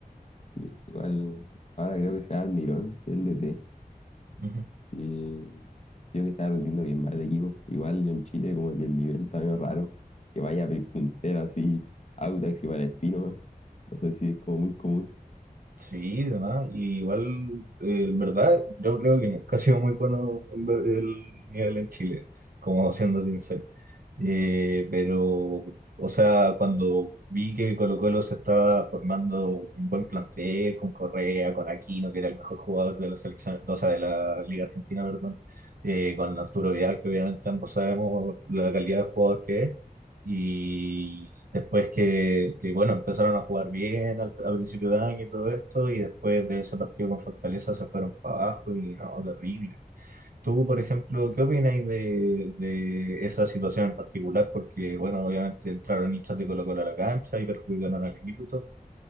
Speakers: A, on the left; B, on the right.
A: Y igual, ahora creo que será Almirón, que es el DT,
B: Ujú.
A: y creo que está rindiendo bien mal el equipo. Igual en Chile como que el nivel está medio raro, que vaya pri- puntero así, Audax y Palestino, ¿no? No sé si es como muy común.
B: Sí, demás. Y igual, eh, en verdad, yo creo que nunca ha sido muy bueno en ver- el nivel en Chile, como siendo sincero. Eh, pero, o sea, cuando vi que Colo-Colo se estaba formando un buen plantel con Correa, con Aquino, que era el mejor jugador de la selección, o sea, de la Liga Argentina, perdón, eh, con Arturo Vidal, que obviamente ambos sabemos la calidad de jugador que es, y después que, que, bueno, empezaron a jugar bien al, a principio de año y todo esto, y después de ese partido con Fortaleza se fueron para abajo y no, terrible. Tú, por ejemplo, ¿qué opináis de, de esa situación en particular? Porque, bueno, obviamente entraron hinchas de Colo-Colo a la cancha y perjudicaron al equipo y todo.